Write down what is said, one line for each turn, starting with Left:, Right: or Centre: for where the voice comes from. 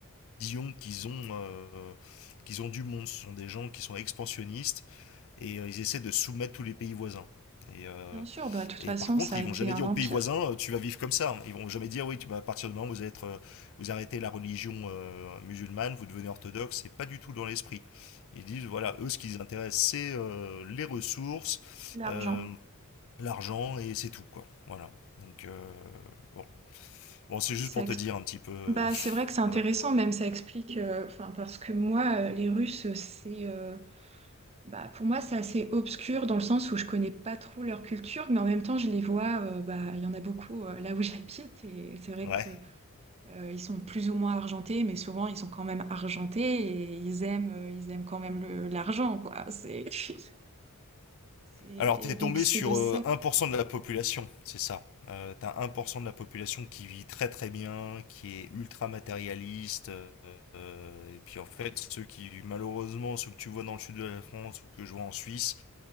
Left: vision qu'ils ont, euh, qu'ils ont du monde. Ce sont des gens qui sont expansionnistes et euh, ils essaient de soumettre tous les pays voisins. Et, euh,
Right: Bien sûr, bah, de toute
Left: et
Right: façon,
Left: par contre,
Right: ça
Left: ils
Right: a été
Left: vont jamais
Right: un
Left: dire
Right: empire,
Left: aux pays voisins, euh, tu vas vivre comme ça. Ils vont jamais dire, oui, tu, vas à partir du moment où vous, allez être, euh, vous arrêtez la religion euh, musulmane, vous devenez orthodoxe. C'est pas du tout dans l'esprit. Ils disent, voilà, eux, ce qui les intéresse, c'est euh, les ressources,
Right: l'argent.
Left: euh, l'argent, et c'est tout, quoi. Voilà. Donc, euh, bon. Bon, c'est juste
Right: Ça
Left: pour
Right: ex-
Left: te dire un petit peu. euh,
Right: Bah, c'est vrai
Left: <laughs>
Right: que c'est intéressant,
Left: voilà.
Right: même ça explique, euh, enfin, parce que moi, euh, les Russes, c'est, euh, Bah, pour moi, c'est assez obscur dans le sens où je connais pas trop leur culture, mais en même temps, je les vois, euh, bah, il y en a beaucoup euh, là où <laughs> j'habite, et c'est vrai
Left: Ouais.
Right: que euh, ils sont plus ou moins argentés, mais souvent ils sont quand même argentés et ils aiment, euh, ils aiment quand même le- l'argent, quoi. C'est, <laughs> c'est-
Left: Alors, t'es
Right: donc
Left: tombé
Right: c'est
Left: sur
Right: de ça.
Left: euh, 1% de la population, c'est ça. Euh, t'as 1% de la population qui vit très très bien, qui est ultra matérialiste. euh, et puis en fait, ceux qui, malheureusement, ceux que tu vois dans le sud de la France ou que je vois en Suisse,